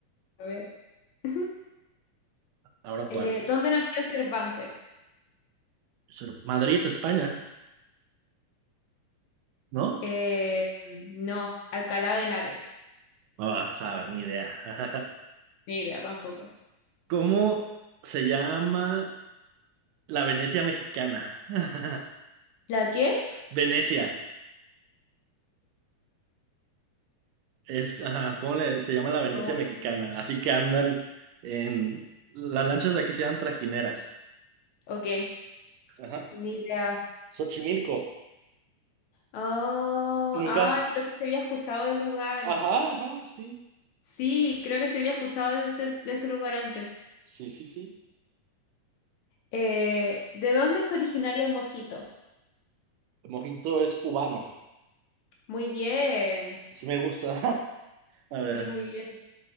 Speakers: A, on the left; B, on the right.
A: ver. <laughs>
B: Ahora, ¿cuál?
A: Eh, ¿dónde nació Cervantes?
B: Sur- Madrid, España, ¿no?
A: Eh, no, Alcalá de Henares.
B: Ah, sabe, ni idea. <laughs>
A: Ni idea tampoco.
B: ¿Cómo se llama la Venecia mexicana? <laughs>
A: ¿La qué?
B: Venecia. Es, ajá, ¿cómo le- se llama la Venecia
A: Oh,
B: mexicana? Así que andan en... Las lanchas de aquí se llaman trajineras.
A: ok,
B: Ajá.
A: ni idea.
B: Xochimilco.
A: Oh,
B: Nunca.
A: ay,
B: has-
A: creo que se había escuchado del lugar.
B: Ajá, ajá, sí.
A: Sí, creo que se había escuchado de ese, de ese lugar antes.
B: Sí, sí, sí.
A: Eh, ¿de dónde es originario el mojito?
B: El mojito es cubano.
A: Muy bien.
B: Sí me gusta. <laughs> A
A: Sí,
B: ver.
A: muy bien.